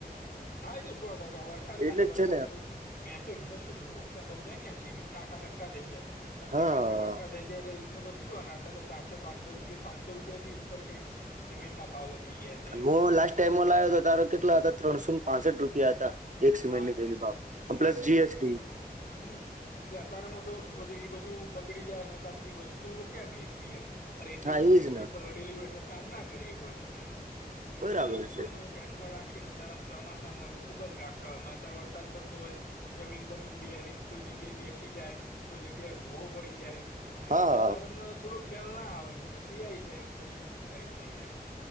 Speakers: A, on the left; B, on the right.
A: આ તો સો ટકા વરસાદ
B: એટલે
A: અને
B: જ
A: વરસાદ
B: છે
A: ને પછી મેમ તો એમને શ નુકસાન બઉુ જાય ને આ સિમેન્ટ ના આખા ગઠ્ઠા થઈાય
B: હા
A: સિમેન્ટ નાના ગઠ્ઠા થઈ જાય એટલે એમનો તો કેટલું ના હતા તો ચારસો પાંસો રિયા પાંચસો રૂપિયા થી ઉપર કંઈક સિમેન્ટ ના ભાવ વધી ગયા છે.
B: હ
A: એમ
B: લાસ્ટ ટાઈમ લાવ્યો હતો તારો કેટલા હતા ત્રણ શું પાસઠ રૂપિયા હતા એક સીમેન્ટ
A: હા
B: ની દેલી ભાવ
A: હા
B: પ્લસ
A: એટલે
B: જીએસટી
A: એ જ કઉ છું ને હમ એટલે અતારામાં તો શું બધું એ બધું બગડી જાયને બધી વસ્તુ કેમ મેક મ રેતી
B: હા
A: હોય તો
B: એજ
A: રેતી
B: ને
A: પલડેલી હોય એટલે કામ ના કરીએ કો તમે એમ. એટલે
B: બરાબર
A: બધી વસ્તુ
B: છે.
A: ન ધ્યાનમાં રાખીને તારમ ચોમાસ લોકો બંધ રાખતા હોય અતારે વરસાદ પડતો હોય, જમીન બમીન બે કોઈ જગ્યાએ બેસી જાય કોઈ જગ્યાએ ભૂવો પડી જાય.
B: હા
A: બધું અત્યારેમાં થોડો ખ્યાલ ના આવેમ પછી આઈ જાય એમ કે શું શું થાય જાય અ.